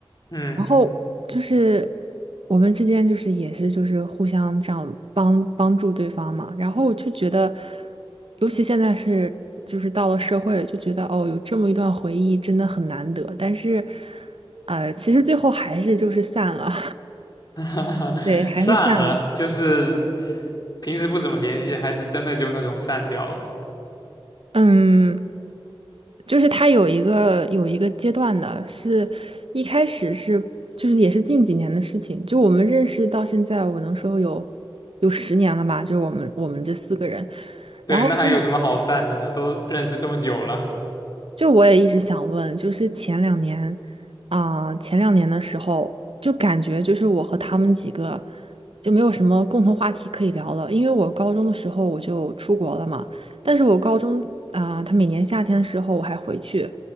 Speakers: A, on the left (about 45°); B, on the right (about 75°).
A: 嗯。
B: 然后就是我们之间就是也是就是互相这样帮帮助对方嘛，然后我就觉得，尤其现在是就是到了社会，就觉得哦，有这么一段回忆真的很难得，但是，呃，其实最后还是就是散了，
A: <laughs>
B: <laughs> 对，还是散了。
A: 散了，就是平时不怎么联系，还是真的就那种散掉了。
B: 嗯，就是他有一个有一个阶段的，是一开始是就是也是近几年的事情，就我们认识到现在，我能说有有十年了吧，就是我们我们这四个人，
A: 对，
B: 然后是。
A: 那还有什么好散的呢？都认识这么久了，
B: 就我也一直想问，就是前两年，啊、前两年的时候，就感觉就是我和他们几个就没有什么共同话题可以聊了，因为我高中的时候我就出国了嘛，但是我高中啊、他每年夏天的时候我还回去，